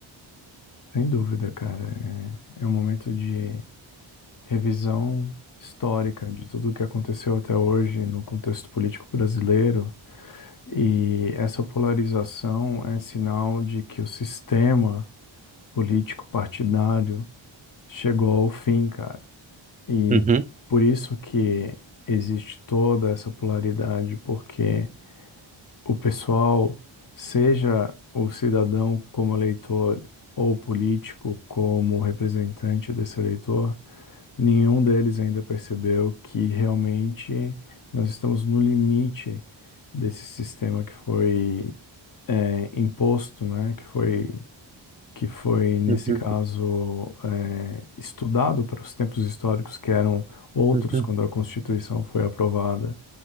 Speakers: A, on the left (about 45°); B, on the right (about 20°).
A: Sem dúvida, cara. É, é um momento de revisão histórica de tudo o que aconteceu até hoje no contexto político brasileiro. E essa polarização é sinal de que o sistema político partidário chegou ao fim, cara. E
B: Uhum,
A: por isso que existe toda essa polaridade, porque o pessoal, seja o cidadão como eleitor ou político como representante desse eleitor, nenhum deles ainda percebeu que realmente nós estamos no limite desse sistema que foi é, imposto, né? Que foi que foi, nesse
B: uhum,
A: caso, eh, estudado para os tempos históricos que eram outros
B: uhum,
A: quando a Constituição foi aprovada.